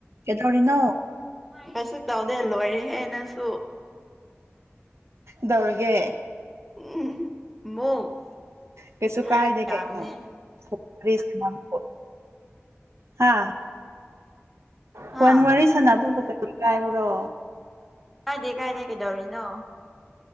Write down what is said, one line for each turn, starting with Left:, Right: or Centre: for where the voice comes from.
Right: ꯀꯩꯗꯧꯔꯤꯅꯣ
Centre: ꯀꯩꯁꯨ ꯇꯧꯗꯦ ꯂꯣꯏꯔꯦ꯫ ꯍꯦꯟꯅꯁꯨ
Right: ꯗꯧꯔꯒꯦ
Centre: <unintelligible>
Right: ꯀꯩꯁꯨ
Centre: ꯍꯥꯏꯔꯛ
Right: ꯀꯥꯏꯗꯦ
Centre: ꯇꯥꯕꯅꯦ
Right: ꯀꯩ <unintelligible> ꯍꯥ ꯐꯣꯟ
Centre: ꯍꯥ
Right: ꯋꯥꯔꯤ ꯁꯥꯟꯅꯕꯕꯨ ꯀꯔꯤ ꯀꯥꯏꯕ꯭ꯔꯣ?
Centre: ꯀꯥꯏꯗꯦ- ꯀꯥꯏꯗꯦ ꯀꯩꯗꯧꯔꯤꯅꯣ?